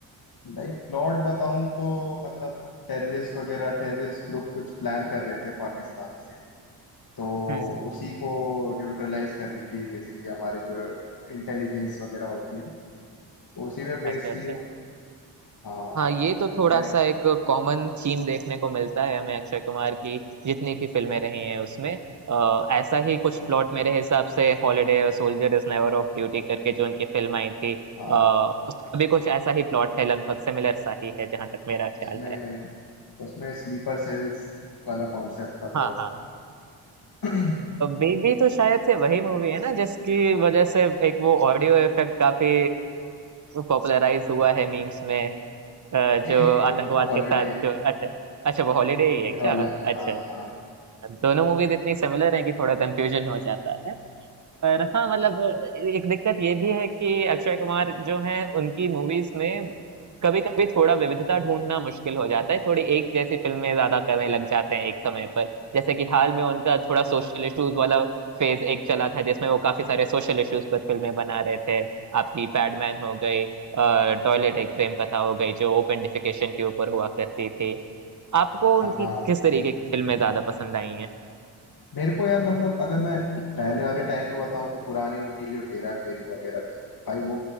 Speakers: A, on the left (about 50°); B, on the right (about 40°).
A: लाइक प्लॉट बताऊं तो मतलब टेररिस्ट वगैरह टेररिस्ट ग्रुप कुछ प्लान कर रहे थे पाकिस्तान से तो
B: हम्म हम्म
A: उसी को न्यूट्रलाइज कर रही थी बेसिकली हमारे जो इंटेलिजेंस वगैरह होती है तो उसी पे बेस
B: अच्छा अच्छा
A: थी वो हाँ
B: हाँ, ये
A: तो मतलब
B: तो थोड़ा
A: कैसे
B: सा एक कॉमन थीम देखने को मिलता है हमें अक्षय कुमार की जितनी भी फिल्में रही हैं उसमें अ, ऐसा ही कुछ
A: हाँ
B: प्लॉट मेरे हिसाब से हॉलिडे और soldier is never off duty करके जो उनकी फिल्म आई थी
A: हाँ,
B: आ, उसका भी कुछ ऐसा ही प्लॉट है लगभग सिमिलर सा ही है जहां तक मेरा
A: उसमें
B: ख्याल है
A: उसमें स्लीपर सेल्स वाला कॉन्सेप्ट था
B: हाँ
A: थोड़ा
B: हाँ
A: <clears throat> नहीं
B: बेबी तो शायद से वही मूवी है ना जिसकी वजह से एक वो ऑडियो इफेक्ट काफी पॉपुलराइज हुआ है मीम्स में अ,
A: नहीं
B: जो
A: वो
B: आतंकवाद
A: वो हॉलीडे
B: के साथ जो अच्छा अच्छा वो हॉलीडे
A: हॉलीडे
B: ही है क्या
A: वाला है।
B: अच्छा
A: हाँ
B: अच्छा
A: हाँ
B: दोनों मूवीज इतनी सिमिलर हैं कि थोड़ा कंफ्यूजन हो जाता है पर हाँ मतलब एक दिक्कत ये भी है कि अक्षय कुमार जो हैं उनकी मूवीज में कभी कभी थोड़ा विविधता ढूंढना मुश्किल हो जाता है थोड़ी एक जैसी फिल्में ज्यादा करने लग जाते हैं एक समय पर जैसे कि हाल में उनका थोड़ा सोशल इश्यूज वाला फेज एक चला था जिसमें वो काफी सारे सोशल इश्यूज पर फिल्में बना रहे थे आपकी पैडमैन हो गई टॉयलेट एक प्रेम कथा हो गई जो ओपेंडिफिकेशन के ऊपर हुआ करती थी आपको उनकी
A: हाँ हाँ।
B: किस तरीके की फिल्में ज्यादा पसंद आई हैं
A: मेरे को यार मतलब अगर मैं पहले वाले टाइम में बताऊं तो पुरानी उनकी जो हेरा फेरी वगैरह थी भाई वो